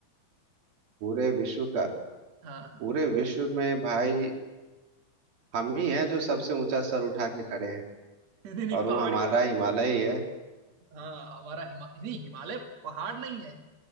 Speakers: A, on the right; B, on the right.
A: पूरे विश्व का
B: हाँ हाँ
A: पूरे विश्व में भाई हम ही हैं जो सबसे ऊंचा सर उठा के खड़े हैं
B: <laughs> नहीं नहीं
A: और
B: पहाड़
A: वो हमारा
B: की बात
A: हिमालय
B: कर रहा हूँ
A: ही है
B: हाँ हमारा हिमा नहीं हिमालय पहाड़ नहीं है